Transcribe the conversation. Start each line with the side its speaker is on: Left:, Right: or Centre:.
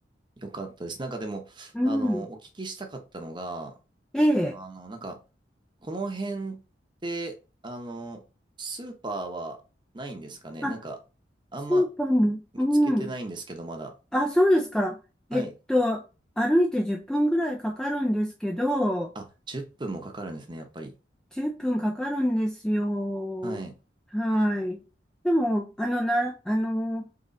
Right: よかったです。なんかでも、
Centre: うん。
Right: あの、お聞きしたかったのが、
Centre: ええ。
Right: あの、なんか、この辺って、あの、スーパーはないんですかねなんか、
Centre: あ、
Right: あんま
Centre: スーパーも、
Right: 見つけてないんですけど、
Centre: うん。
Right: まだ。
Centre: あ、そうですか。
Right: はい。
Centre: えっと、歩いて10分ぐらいかかるんですけど、
Right: あ、10分もかかるんですね、やっぱり。
Centre: 10分かかるんですよ。
Right: はい。
Centre: はい。でも、あの、な、あの、